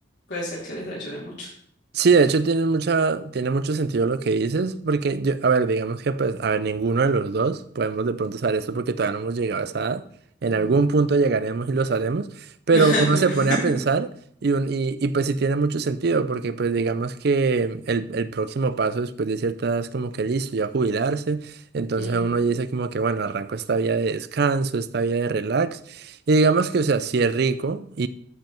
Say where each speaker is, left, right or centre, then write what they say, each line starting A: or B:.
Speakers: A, on the left (about 65°); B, on the right (about 55°).
A: Puede ser que les ayude mucho.
B: Sí, de hecho tiene mucha, tiene mucho sentido lo que dices, porque yo, a ver, digamos que pues, a ver, ninguno de los dos podemos de pronto saber esto porque todavía no hemos llegado a esa edad. En
A: No.
B: algún punto llegaremos y lo sabremos, pero
A: <laughs>
B: uno se pone a pensar y, un- y, y pues sí tiene mucho sentido, porque pues digamos que el, el próximo paso después de cierta edad es como que listo, ya jubilarse, entonces
A: Ujú,
B: uno dice como que bueno, arranco esta vida de descanso, esta vida de relax, y digamos que o sea, sí es rico